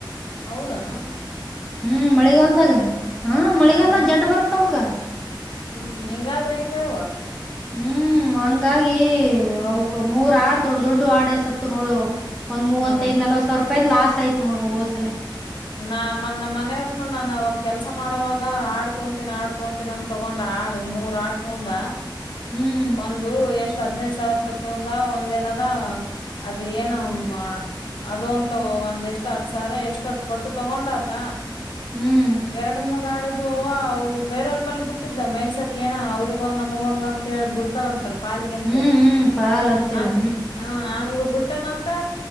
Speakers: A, on the left; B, in the centre.
A: ಹೌರಾ
B: ಹ್ಮ ಮಳೆಗಾಲದಾಗ ಹ ಮಳೆಗಾಲದಾಗ
A: ಹ್ಮ್
B: ಜಡ್ ಬರ್ತಾವ ಔಕ
A: ಹ್ಮ್ ಹಿಂಗಾದ್ರೆ ಹೆಂಗವ್ವ
B: ಹ್ಮ ಹಂಗಾಗಿ ಅವುಕ್ ಮೂರ ಆಡ್ ದೊಡ್ಡ ದೊಡ್ಡ ಆಡೆ ಸತ್ತು ನೋಡು. ಒಂದ್ ಮೂವತ್ತೈದು
A: ಹ್ಮ್
B: ನಲವತ ಸಾವಿರೂ ವ್ಯರ್ ಲಾಸ್ ಆಯ್ತ್ ನೋಡ್ ಹೋದ್ಸಲಿ.
A: ನಾ ಮನ್ ನಮನೆ ಅವ್ರ್ನು ನಾನ‌ ಅವಾಗ ಕೆಲಸ ಮಾಡುವಾಗ ಆಡ್ ತಗೊಂತಿ ಆಡ್ ತಗೊಂತಿನಿ ಅಂತ ತೊಗೊಂಡ ಆಡು ಮೂರ ಆಡ್ ತಗೊಂಡ
B: ಹ್ಮ್
A: ಒಂದು ಎಷ್ ಹದಿನೈದ್ ಸಾವಿರೂಪಾಯಿ ತಗೊಂಡ ಒಂದ ಅದೇನಾ ಅದು ಏನಾ ಅ ಅದು ಒಂದ್ ಒಂದೆಷ್ಟು ಹತಸಾವಿರ ಎಷ್ಟೋ ಕೊಟ್ಟ ತಗೊಂಡ ಆತ
B: ಹ್ಮ್
A: ಎರಡು ಮೂರು ಆಡ ಇತ್ ಇದುವ ಅವ್ರ್ ಬೇರೆ ಬಲ್ ಬಿಟ್ಟಿದ್ದ ಮೈಸಾಕ್ ಅಂತ ಅವರಿಗೊಂದು ನಮಗೊಂದು ಏನು ಅಂತ ಬುಡ್ತಾರಂತಲ್ಲ ಪಾಲಿಗೆ ಅಂತ
B: ಹ್ಮ್
A: ಹೇಳಿ
B: ಹ್ಮ್ ಪಾಲ್ ಅಂತೇಳಿ
A: ಹ್ಮ್ ಹ್ಮ ಹಂಗ ಬುಟ್ ಬಿಟ್ಟನಂತೆ